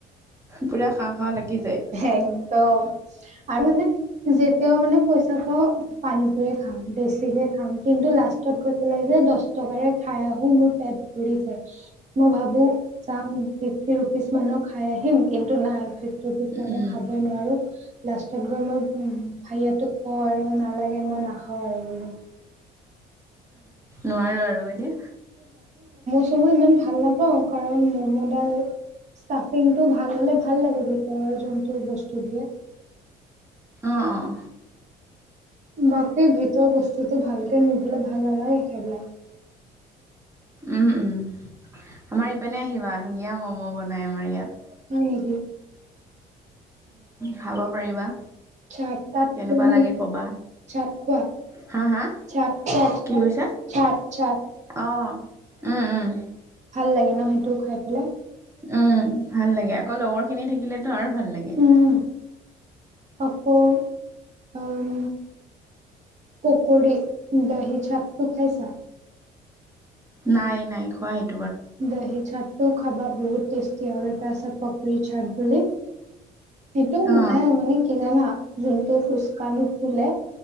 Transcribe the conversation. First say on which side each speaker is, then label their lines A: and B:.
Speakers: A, on the right; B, on the right.
A: পুৰা খাওঁ খাওঁ লাগি যায়।
B: একদম আৰু মানে যেতিয়াও মানে পই পানী পুৰি খাম বেছিকে খাম কিন্তু লাষ্টত গৈ পেলাই যে দহ টকাৰে খাই আহ মোৰ পেটুৰি যায় মই ভাবো চাম ফিফটি ৰুপিচ মানৰ খাই আহিম কিন্তু নাই ভটো
A: উম
B: ভিক মানহ খাবই নোৱাৰো লাষ্টত গৈ মই উ ভাইটোক কওঁ আৰু নালাগে মই নাখাওঁ আৰু
A: নোৱাৰো আৰু বাইদে
B: চাওমিন ইমান ভাল নাপাওঁ কাৰণ ম'ম'ডাল চাফিং টো ভাল হলে ভাল লাগে ভিতৰৰ যোনটো বস্তু দিয়ে
A: অঁ অঁ
B: বাকী ভিতৰ বস্তুটো ভালকে নিদিলে ভাল নালাগে সেইবিলাক
A: উম উম আমাৰ ইপেনে আহিবা ধুনীয়া ম'ম' বনাই আমাৰ ইয়াত
B: হয় নেকি
A: খাব পাৰিবা
B: চাত তাত
A: কেনেকুৱা
B: খোৱা নাই
A: লাগে কবা
B: চাত খোৱা
A: হা হা
B: চাট খোৱা চাট
A: কি কৈছা
B: চাট চাট
A: অ উম উম
B: ভাল লাগে ন সেইটো খাই পেলাই
A: উম ভাল লাগে আকৌ লগৰ খিনি থাকিলেতো আৰু ভাল লাগে
B: উম আকৌ উম পকৰি দহি চাতটো খাইছা?
A: নাই নাই খোৱাহটো
B: দহি চাটটো খাবা বহুত টেষ্টি আৰু এটা চ পকীৰ চাট বুলি সেইটো মানে
A: অ
B: মানে কি জানা যোনটো ফুচকা নো ফুলে